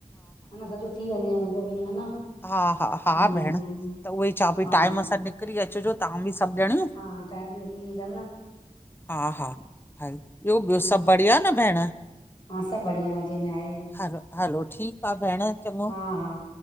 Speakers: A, on the left (about 35°); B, on the left (about 15°).
A: हा न सॼो थी वञे मुंहिंजो बि हा न।
B: हा, हा, हा
A: ऐं
B: भेण त उहोई चवा पई
A: हा
B: टाइम सां निकिरी अचिजो तव्हां बि सभु ॼणियूं।
A: हा, टाइम ते निकरी ईदम न।
B: हा, हा ह ॿियो ॿियो
A: हा
B: सभु बढ़िया न भेण।
A: हा सभु बढ़िया मज़े में आहे
B: हैलो हैलो ठीकु आ भेण चङो
A: हा हा